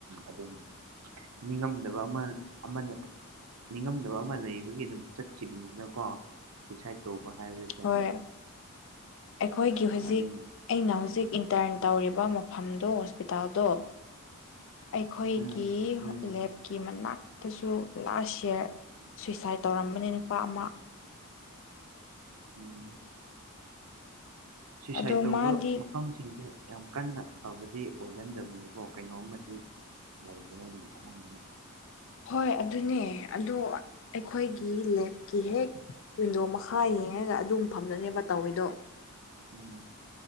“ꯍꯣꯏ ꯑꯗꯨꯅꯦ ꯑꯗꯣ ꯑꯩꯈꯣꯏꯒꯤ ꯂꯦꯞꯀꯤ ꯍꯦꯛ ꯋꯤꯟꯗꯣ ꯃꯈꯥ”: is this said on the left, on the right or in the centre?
Left